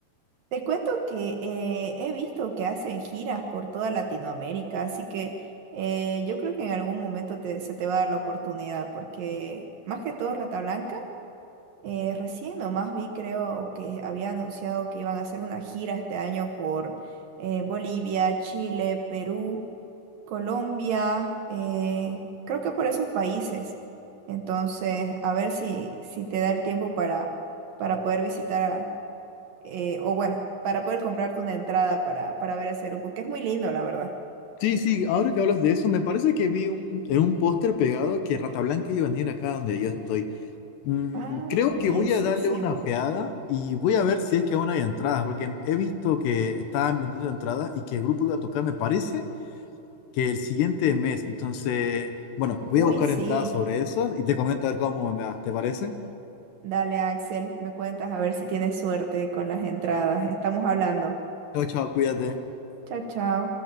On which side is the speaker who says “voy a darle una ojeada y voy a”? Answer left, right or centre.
Left